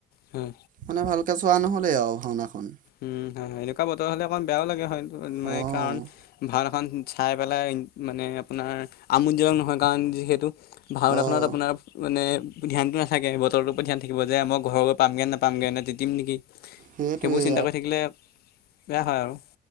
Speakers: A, on the left; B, on the right.
A: হম,
B: মানে ভালকৈ চোৱা নহ'লে আৰু ভাওনাখন
A: উম হয় হয় এনেকুৱা বতৰ হলে অকমান বেয়াও লাগে হয়
B: অ'
A: মানে কাৰণ ভাড এখন চাই পেলাই মানে আপোনাৰ আমোদজনক নহয় কাৰণ যিহেতু ভাওনাখনত
B: অ'
A: আপোনাৰ মানে ধানটো নাথাকে বতৰ পৰা ধান থাকিব যে মই ঘৰৰ পৰা পামগে নাপামগৈে তিম নেকি
B: সেইটোৱয়ে
A: সেইবোৰ চিন্তা কৰি থাকিলে বেয়া হয় আৰু